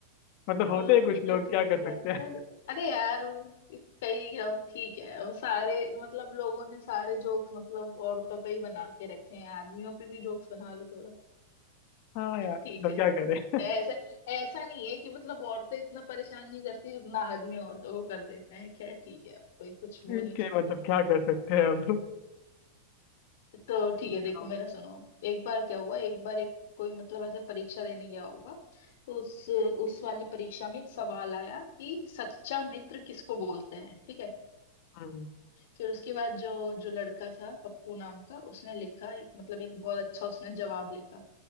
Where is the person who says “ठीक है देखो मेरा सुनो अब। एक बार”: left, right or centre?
Left